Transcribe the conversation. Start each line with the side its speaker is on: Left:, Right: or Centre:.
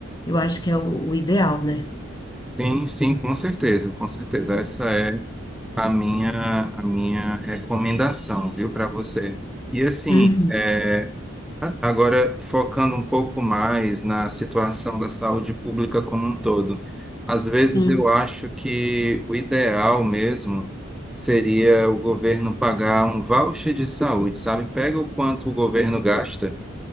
Left: eu acho que é o, o ideal, né?
Centre: sim, sim, com certeza, com certeza. Essa é a minha, a minha recomendação, viu, para você. E assim,
Left: Uhum,
Centre: é, Agora, focando um pouco mais na situação da saúde pública como um todo, às vezes
Left: sim,
Centre: eu acho que o ideal mesmo seria o governo pagar um voucher de saúde, sabe? Pega o quanto o governo gasta